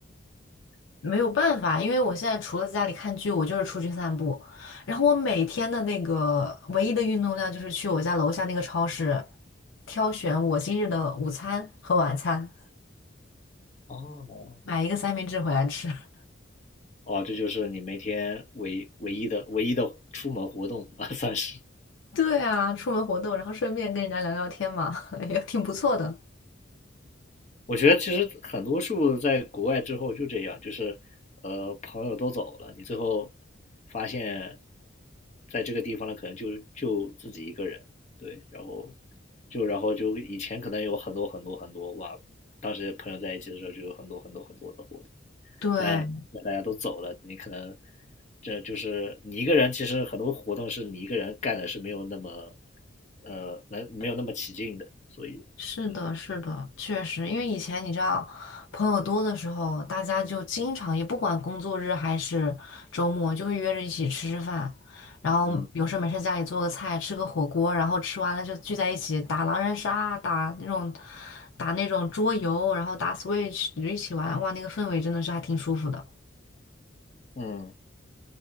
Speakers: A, on the left (about 85°); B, on the left (about 40°).
A: <laughs> 没有办法，因为我现在除了在家里看剧，我就是出去散步，然后我每天的那个唯一的运动量就是去我家楼下那个超市挑选我今日的午餐和晚餐，
B: 哦
A: 买一个三明治回来吃。<laughs>
B: 哦，这就是你每天唯唯一的唯一的出门活动吧，<laughs> 算是。
A: 对啊，出门活动，然后顺便跟人家聊聊天嘛，<laughs> 也挺不错的。
B: 我觉得其实很多数在国外之后就这样，就是呃朋友都走了，你最后发现在这个地方呢，可能就就自己一个人，对，然后就然后就以前可能有很多很多很多哇，当时朋友在一起的时候就有很多很多很多的活动，
A: 对，
B: 但大家都走了，你可能这就是你一个人，其实很多活动是你一个人干的是没有那么呃能没有那么起劲的，所以嗯
A: 是的，是的，确实，因为以前你知道，朋友多的时候，大家就经常也不管工作日还是周末，就会约着一起吃吃饭，然后有事没事家里做个菜，
B: 嗯
A: 吃个火锅，然后吃完了就聚在一起打狼人杀，打那种打那种桌游，然后打 Switch 一起玩，哇，那个氛围真的是还挺舒服的。
B: 嗯。